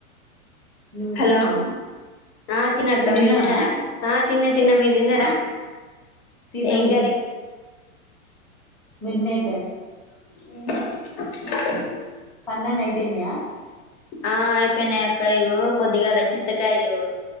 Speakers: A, in the centre; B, on the left.
A: నువ్వు
B: హలో
A: తిన్నావా
B: ఆ తిన
A: నువ్వు
B: అక్క
A: తిన్నావా
B: మీర్ దన్నార ఆ తిన్న తిన్న మీర్ దన్నార
A: ఆ తిన్నాం
B: ఏం కర్రీ
A: మిర్మేకర్
B: ఉహు <inaudible>
A: పనులన్నీ అయిపోయినాయా
B: ఆ అయిపోయినయి అక్కయిగ పొద్దిగాల చింతకాయలు